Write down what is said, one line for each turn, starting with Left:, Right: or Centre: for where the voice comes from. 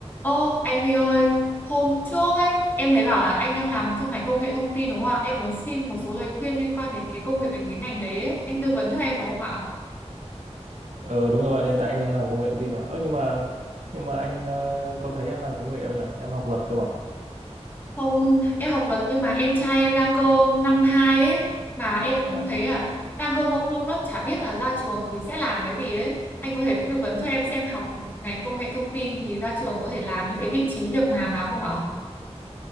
Left: Ô, anh Huy ơi, hôm trước ấy, em thấy bảo là anh đang làm trong ngành công nghệ thông tin đúng không ạ? Em muốn xin một số lời khuyên liên quan đến cái công việc đến cái ngành đấy ấy. Anh tư vấn cho em đúng không ạ?
Right: Ờ đúng rồi, hiện tại anh đang làm công nghệ thông tin mà. Ơ nhưng mà nhưng mà anh ờ, có thấy em làm công nghệ đâu nhỉ? Em học luật cơ mà.
Left: Hôm em học luật nhưng mà em trai em đang cơ năm 2 ấy, mà em
Right: À.
Left: thấy là đang cơ mông lung lắm, chả biết là ra trường thì sẽ làm cái gì ấy. Anh có thể tư vấn cho em xem học ngành công nghệ thông tin thì ra trường có thể làm những cái vị trí việc làm nào không ạ?